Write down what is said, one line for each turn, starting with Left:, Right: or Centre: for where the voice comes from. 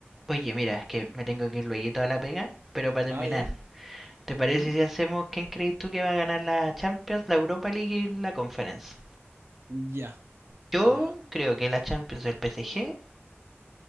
Centre: Oye, mira, es que me tengo que ir luego a la pega, pero para terminar,
Right: Ah, ya.
Centre: ¿te parece
Right: ujú,
Centre: si hacemos quién crees tú que va a ganar la Champions, la Europa League y la Conference?
Right: Ya,
Centre: Yo
Right: ya,
Centre: creo que la Champions el PSG,